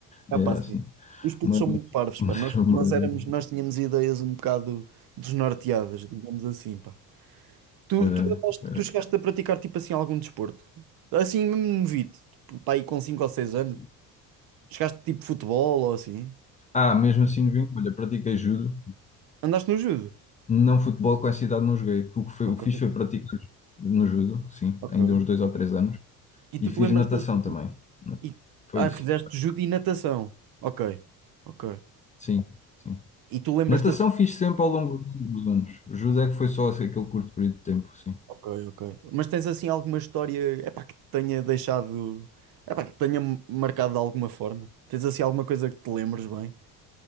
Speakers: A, on the right; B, on the left.
A: É
B: Era
A: pá, sim.
B: assim.
A: Os putos
B: Mas,
A: são muito parvos,
B: <laughs> mas,
A: pá. Nós, nós éramos,
B: mas,
A: nós tínhamos ideias um bocado desnorteadas, digamos assim, pá. Tu,
B: é,
A: tu, andaste-
B: é.
A: tu chegaste a praticar, tipo assim, algum desporto? Assim, mesmo novito, tipo, pá, aí com 5 ou 6 anos.
B: é,
A: Chegaste, tipo, futebol ou assim?
B: Ah, mesmo assim no vinho, olha, pratiquei judo,
A: Andaste no judo?
B: não futebol com essa idade não joguei. O que, foi,
A: Ok,
B: o que fiz foi praticar no judo, sim,
A: ok.
B: ainda uns dois ou três anos,
A: E tu
B: e fiz
A: te lembras-te
B: natação
A: assim,
B: também.
A: e,
B: Foi
A: ah,
B: isso,
A: fizeste judo e natação. Ok, ok.
B: sim, sim.
A: E tu lembras-te
B: Natação fiz sempre ao longo dos anos. Judo é que foi só assim, aquele curto período de tempo, sim.
A: Ok, ok. Mas tens assim alguma história, epá, que te tenha deixado, epá, que te tenha marcado de alguma forma? Tens assim alguma coisa que te lembres bem?